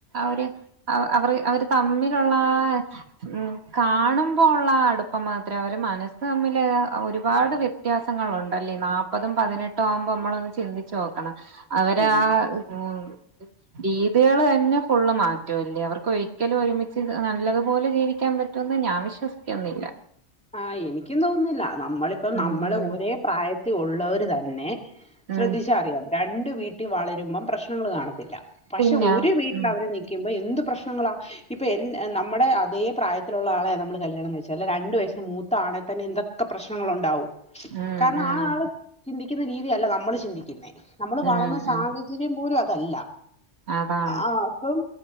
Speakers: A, on the right (about 65°); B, in the centre.
A: ഒരു അവർ അവര് തമ്മിലുള്ള ഉം കാണുമ്പോള്ള അടുപ്പം മാത്രേ. അവര് മനസ്സ് തമ്മില് ഒരുപാട് വ്യ വ്യത്യാസങ്ങളുണ്ടല്ലേ. നാൽപ്പതും പതിനെട്ടും ആവുമ്പോ നമ്മളൊന്ന് ചിന്തിച്ചു നോക്കണം. അവര്
B: ഉം
A: ആ ഉം. രീതികള് തന്നെ ഫുള്ള് മാറ്റുംല്ലേ. അവർക്ക് ഒരിക്കലും ഒരുമിച്ച് നല്ലതുപോലെ ജീവിക്കാൻ പറ്റും പറ്റന്ന ഞാൻ വിശ്വസിക്കുന്നില്ല.
B: ആഹ എനിക്കും തോന്നുന്നില്ല നമ്മളിപ്പോ
A: ഉം
B: നമ്മള് ഒരേ പ്രായത്തിൽ ഉള്ളവർ തന്നെ. ശ്രദ്ധിച്ച
A: ഉം
B: അറിയാം. രണ്ടു വീട്ടിൽ വളരുമ്പം പ്രശ്നങ്ങൾ കാണത്തില്ല. പക്ഷെ
A: പിന്നെ
B: ഒരു വീട്ടിൽ
A: ഉം
B: അവര് നിൽക്കുമ്പോ എന്ത് പ്രശ്നങ്ങളാ. ഇപ്പൊ എൻ നമ്മുടെ അതേ പ്രായത്തിലുള്ള ആളെ നമ്മള് കല്യാണംകഴിച്ചാ. രണ്ടു വയ മൂത്ത ആണെൽ തന്നെ എന്തൊക്കെ പ്രശ്നങ്ങള ഉണ്ടാവും.
A: ഉം
B: കാരണം
A: ഉം
B: ആ ആള് ചിന്തി ക്കുന്ന രീതിയല്ല നമ്മള് ചിന്തിക്കുന്നേ. നമ്മള്
A: ഉം
B: വളർന്ന സാഹചര്യം
A: ഉം
B: പോലും അതല്ല.
A: അതാണ്
B: ആ അപ്പം